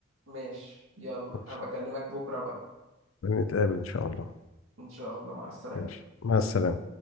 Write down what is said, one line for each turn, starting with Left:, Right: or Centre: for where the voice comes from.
Right: ماشي يلا
Left: ماشي.
Right: هبكلمك بكره بقى
Left: نتقابل ان شاء الله
Right: إن شاء الله مع السلامة
Left: ماشي مع السلامة